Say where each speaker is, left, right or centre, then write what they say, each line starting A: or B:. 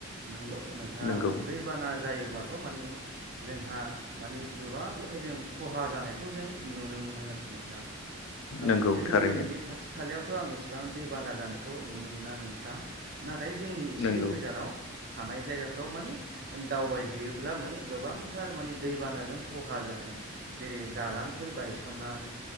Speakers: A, on the right; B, on the left.
A: नंगौ नोंथां
B: नंगौ
A: दैबाना जायो ब्लाथ' माने जोंहा माने गोबाङै जों खहा जानायखौ जों नुनो मोनो आरोखि नोंथां औ
B: नंगौ
A: जोंनि
B: थारैनो
A: ओरैनो खाथि खालायाव' थ' आं इसेबां दैबाना जानायखौ नुनो मोना नोंथां नाथाय जोंनि एसे
B: नंगौ
A: गोजानाव थानाय जायगाफ्राव माने दावबायहैयोब्ला माने गोबांथार माने दैबानाजों खहा जानाय जेरै दालांफोर बायसननाय